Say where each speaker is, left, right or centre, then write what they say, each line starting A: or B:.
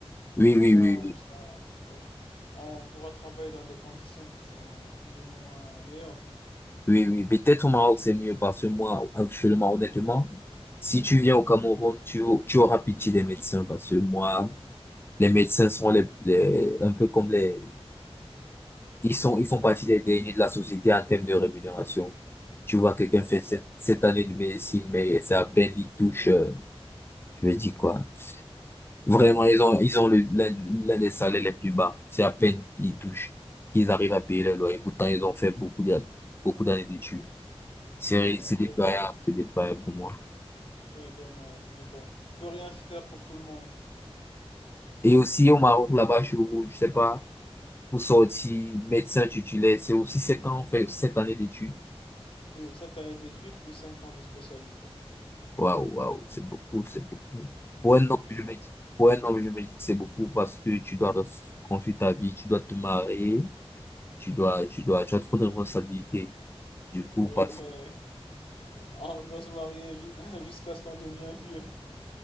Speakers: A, on the left; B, on the left.
A: Oui,
B: Comme
A: oui,
B: ça,
A: oui,
B: on sera- ouais. On pourra travailler dans des conditions qui sont plus ou moins meilleures.
A: oui, oui, oui. Peut-être au Maroc, c'est mieux parce que moi, actuellement, honnêtement, si tu viens au Cameroun, tu, au- tu auras pitié des médecins parce que moi, les médecins sont les, les- un peu comme les, ils sont, ils font
B: Ouais,
A: partie des derniers de la société en termes de rémunération. Tu vois, quelqu'un
B: ouais,
A: fait sept, sept années de médecine, mais c'est à peine il touche, euh, je veux dire quoi. Vraiment, ils ont, ils ont le- l'un l'un des salaires les plus bas. C'est à peine ils touchent qu'ils arrivent à payer leur loyer. Pourtant, ils ont fait beaucoup de, beaucoup d'années d'études. C'est
B: ouais.
A: c'est déployable,
B: Donc,
A: c'est déployable pour moi.
B: Ouais, dommage, mais bon, on peut rien faire pour tout le monde.
A: Et aussi au Maroc, là-bas, je, je sais pas, pour sortir médecin titulaire, c'est aussi sept ans, fait sept années d'études.
B: Oui, sept années d'études plus 5 ans de spécialité.
A: Waouh, waouh, c'est beaucoup, c'est beaucoup.
B: C'est
A: Pour
B: beaucoup,
A: un homme,
B: mais
A: je
B: bon.
A: me dis, pour un homme, je me dis que c'est beaucoup parce que tu dois ref- construire ta vie, tu dois te marier, tu dois, tu dois, tu as trop de responsabilités. Du coup,
B: Ouais,
A: pas-
B: mais <laughs> on doit se marier ju- <laughs> jusqu'à ce qu'on devienne vieux.